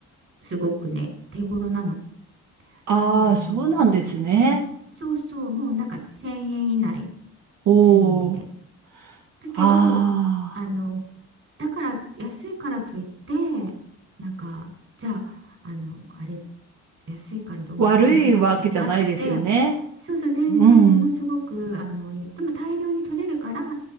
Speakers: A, on the right; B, on the right.
A: すごくね手頃なの
B: ああ、
A: なんだろうな多分うんそうそうもうなんか1,000円以内
B: そうなんですね。おお。
A: 10ミリでだけどあの
B: ああ。
A: だから安いからといってなんかじゃあ、あのあれ安いからどうのこうのってわけじゃなくて
B: 悪いわけじゃないですよね。
A: そうそう全然ものすごくあのでも大量に取れるから
B: うん。